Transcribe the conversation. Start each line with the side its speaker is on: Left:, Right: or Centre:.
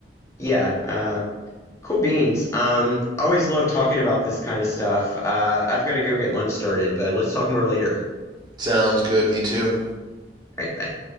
Left: yeah, uh, cool beans. Um, always love talking about this kind of stuff. Uh, I've got to go get lunch started, but let's talk more later.
Right: Sounds good. Me too.
Left: All right, bye.